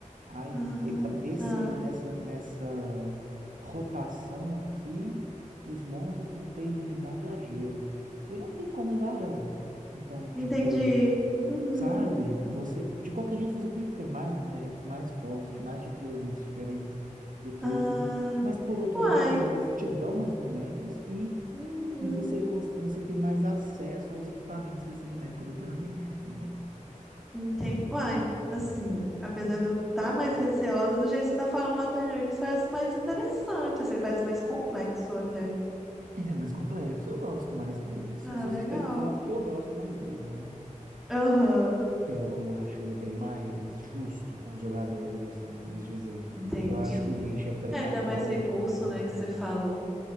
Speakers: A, on the right; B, in the centre.
A: aí
B: ah,
A: ne- nesse,
B: tá.
A: nessa, nessa rotação aqui, os monstros vão ter imunidade a gelo. Eu não tenho como usar ela. Então, tipo,
B: Entendi. Uhum.
A: Sabe? Você, de qualquer jeito, você tem que ter mais bonecos, mais fortes, mais tipos de elementos diferentes e tudo.
B: Ah,
A: Mas, por outro
B: uai,
A: lado, eles te dão mais bonecos e,
B: uhum.
A: e você, cons- você tem mais acesso aos equipamentos desse boneco do que no Genshin, entendeu?
B: Entendi. Uai, assim, apesar de eu estar mais receosa, do jeito que você tá falando, o Nathan Reeves parece mais interessante, assim, ele parece mais complexo até.
A: Ele é mais complexo, eu gosto mais dele, assim.
B: Ah,
A: Eu sou
B: legal.
A: suspeito pra falar porque eu gosto mais dele, né?
B: Aham,
A: Eu acho ele bem mais justo com os jogadores, assim, vamos dizer.
B: entendi.
A: Eu acho que o Genshin é predatório
B: É, ele dá mais recurso,
A: demais
B: né, que você falou.